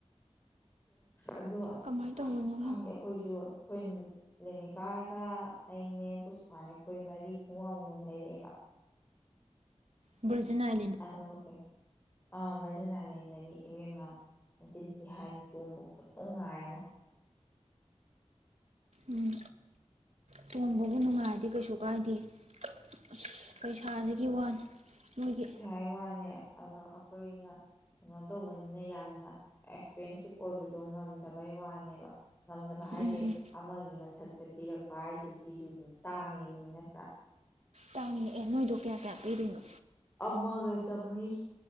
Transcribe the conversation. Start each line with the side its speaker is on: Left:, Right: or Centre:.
Left: ꯑꯗꯣ
Right: ꯀꯃꯥꯏꯅ ꯇꯧꯕꯅꯣ
Left: ꯈꯪꯗꯦ ꯑꯩꯈꯣꯏꯁꯨ ꯑꯩꯈꯣꯏ ꯂꯦꯅꯤꯡꯀꯥꯔꯒ ꯑꯩꯅꯦ ꯄꯨꯁꯄꯥꯅꯦ ꯑꯩꯈꯣꯏ ꯃꯔꯤ ꯈꯣꯡꯎꯞ ꯑꯃꯃꯝ ꯂꯩꯔꯛꯑꯦꯕ
Right: ꯕꯖꯅ ꯑ
Left: ꯑꯗ ꯑꯣꯀꯦ ꯃꯥꯔꯖꯦꯟ ꯑꯥꯏꯂꯦꯟꯗꯒꯤ ꯏꯕꯦꯝꯃ ꯃꯆꯤꯟꯊꯤ ꯍꯥꯏꯅꯤ ꯇꯣꯡꯕ ꯈꯣꯇꯣꯡ ꯉꯥꯏ ꯑꯃ
Right: ꯎꯝ ꯇꯣꯝꯕꯕꯨ ꯅꯨꯡꯉꯥꯏꯔꯗꯤ ꯀꯩꯁꯨ ꯀꯥꯏꯗꯦ ꯑꯁ ꯄꯩꯁꯥꯗꯒꯤ ꯋꯥꯅꯤ ꯃꯣꯏꯒꯤ
Left: ꯇꯥꯏ ꯋꯥꯅꯦ ꯑꯗꯣ ꯑꯩꯈꯣꯏꯅ ꯀꯩꯅꯣ ꯇꯧꯕꯅꯤꯅ ꯌꯥꯝꯅ ꯑꯦꯛꯁꯄꯦꯟꯁꯤꯞ ꯑꯣꯏꯕꯗꯣ ꯉꯝꯗꯕꯩ ꯋꯥꯅꯦꯕ ꯉꯝꯅꯕ ꯍꯥꯏꯁꯦ
Right: ꯎꯝ ꯎꯝ
Left: ꯑꯃꯒꯤ ꯃꯊꯛꯇ ꯄꯤꯔꯛꯄ ꯍꯥꯏꯁꯦ ꯁꯤꯁꯨ ꯑꯗꯨꯝ ꯇꯥꯡꯉꯤꯅꯤ ꯅꯠꯇ꯭ꯔꯥ
Right: ꯇꯥꯏ ꯑꯦꯣ ꯑꯣꯏꯗꯣ ꯀꯌꯥ ꯀꯌꯥ ꯄꯤꯗꯣꯏꯅꯣ
Left: ꯑꯃꯒ ꯆꯥꯝꯔꯤ